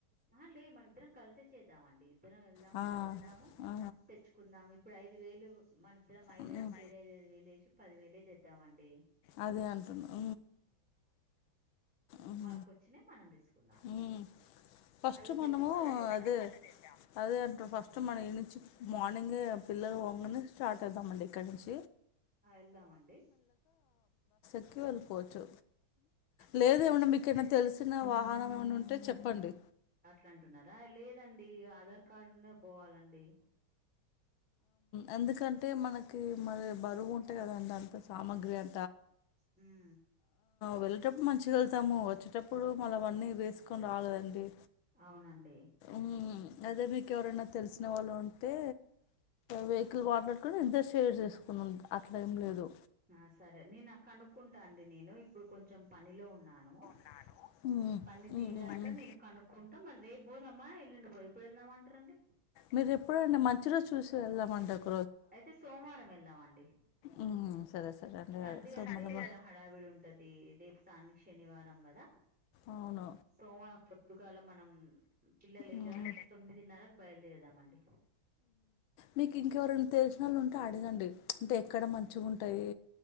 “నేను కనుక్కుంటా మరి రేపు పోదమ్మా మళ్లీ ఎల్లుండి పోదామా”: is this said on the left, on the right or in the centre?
Centre